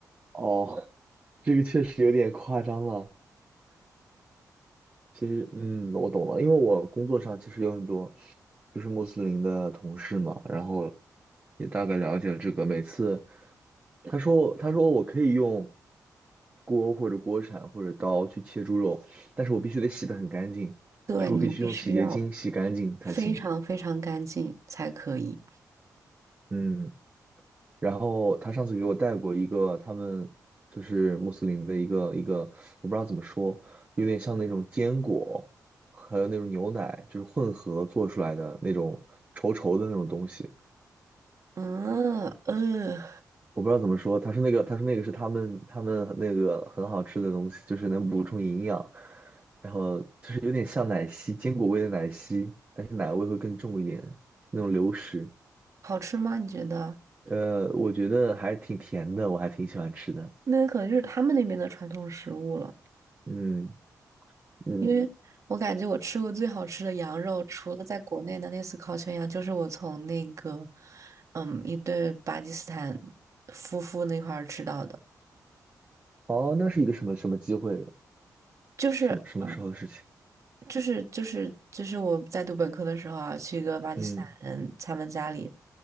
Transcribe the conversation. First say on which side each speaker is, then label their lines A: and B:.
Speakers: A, on the right; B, on the right.
A: 哦，这个确实有点夸张了。其实，嗯，我懂了，因为我工作上其实有很多就是穆斯林的同事嘛，然后也大概了解了这个。每次他说他说我可以用锅或者锅铲或者刀去切猪肉，但是我必须得洗得很干净，
B: 对，
A: 就是我必须用洗洁精洗干净才行。
B: 你必须要非常非常干净才可以。
A: 嗯。然后他上次给我带过一个他们就是穆斯林的一个一个，我不知道怎么说，有点像那种坚果，还有那种牛奶，就是混合做出来的那种稠稠的那种东西。
B: 嗯呃，
A: 我不知道怎么说，他说那个，他说那个是他们他们那个很好吃的东西，就是能补充营养，然后就是有点像奶昔，坚果味的奶昔，但是奶味会更重一点，那种流食。
B: 好吃吗？你觉得？
A: 呃，我觉得还挺甜的，我还挺喜欢吃的。
B: 那可能就是他们那边的传统食物了，
A: 嗯。嗯，
B: 因为我感觉我吃过最好吃的羊肉，除了在国内的那次烤全羊，就是我从那个嗯一对巴基斯坦夫妇那块儿吃到的。
A: 哦，那是一个什么什么机会？
B: 就是嗯，
A: 什么什么时候的事情？
B: 就是就是就是我在读本科的时候啊，去一个巴基斯坦人他们家里，
A: 嗯